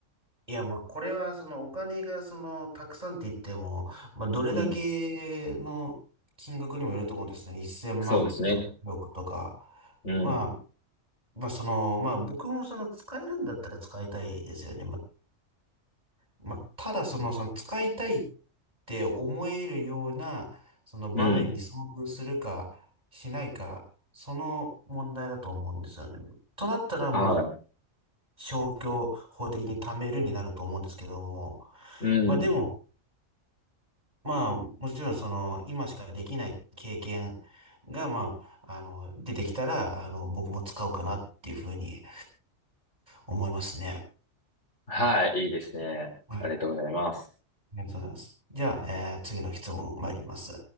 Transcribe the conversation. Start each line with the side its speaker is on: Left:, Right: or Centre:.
Right: いや、まあ、これは、その、お金が、その、たくさんって言っても、まあ、どれだけの金額にもよると思うんですね。
Left: うん。
Right: 1000万とか、
Left: そうですね。
Right: 億とか。
Left: うん。
Right: まあ、まあ、その、まあ、僕も、その、使えるんだったら使いたいですよね。まあ、まあ、ただ、その、その、使いたいって思えるような、その場面に遭遇するか、
Left: うん。
Right: しないか、その問題だと思うんですよね。となったら、もう、
Left: は
Right: 消去法的に貯めるになると思うんですけども、
Left: い。うん。
Right: まあでも、まあもちろんその今しかできない経験がまあ、あの、出てきたら、あの、僕も使うかなっていうふうに思いますね。
Left: はい。いいですね。
Right: はい。
Left: ありがとうございます。
Right: ありがとうございます。じゃあ、えー次の質問参ります。